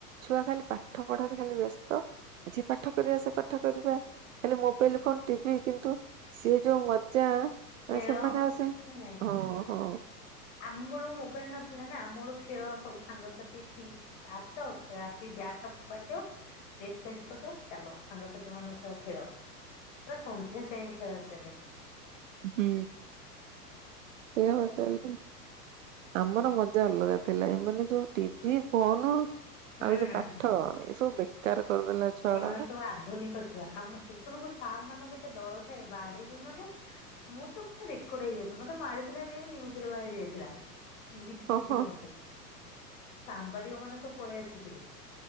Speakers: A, on the right (about 55°); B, on the left (about 45°).
A: ଛୁଆ ଖାଲି ପାଠ ପଢାରେ ଖାଲି ବ୍ୟସ୍ତ ଆଜି ପାଠ କରିବା ସେ ପାଠ। କରିବା ଖାଲି ମୋବାଇଲ ଫୋନ ଟିଭି କିନ୍ତୁ ସିଏ ଯଉ ମଜା। ଆ
B: ଖେଳ
A: ସେମାନେ ଆଉ
B: କିଛି
A: ସେ
B: ନାହିଁ।
A: ହୁଁ ହୁଁ।
B: ଆମ ବେଳକୁ ମୋବାଇଲ ନଥିଲା ନା ଆମର ଖେଳ ସବୁ ସାଙ୍ଗସାଥି ଥି ଆସ ତ ଆସିକି ବ୍ୟାଗ ଟା ଫୋପାଡି ଦଉ। ଡ୍ରେସ୍ ଚେଞ୍ଜ କରିଦଉ ଚାଲ ସାଙ୍ଗସାଥି ମାନଙ୍କ ସହ ଖେଳ। ପୁରା ସନ୍ଧ୍ୟା ଯାଏ ଖେଳ ଚାଲେ।
A: ହୁଁ ସେ
B: ଓ
A: <inaudible> ଆମର ମଜା ଅଲଗା ଥିଲା ଏମାନେ ଯୋଉ ଟିଭି ଫୋନ।
B: ହୁଁ
A: ଆଉ ଏଇ ଯୋଉ ପାଠ ଏ ସବୁ ବେକାର କରିଦେଲା ଛୁଆ
B: ଏମାନେ
A: ଗୁଡାକୁ।
B: ସବୁ ଆଧୁନିକ ଛୁଆ ଆମ। ସେତେବେଳକୁ ସାର୍ ମାନଙ୍କୁ କେତେ ଡର ଥାଏ ବାଡେଇବେ ମାନେ। ମୁଁ ତୁ ପୁରା ରେକର୍ଡ ହେଇଯାଇଥିଲା ମତେ ମାରିଥିଲେ ଯାଇକି ନ୍ୟୁଜରେ ବାହାରି ଯାଇଥିଲା। ଏମିତି ପିଟି
A: ହଁ
B: ଥିଲେ
A: ହଁ
B: ମତେ ସାମ୍ବାଦିକ ମାନେ ସବୁ ପଳେଇ ଆସିଥିଲେ।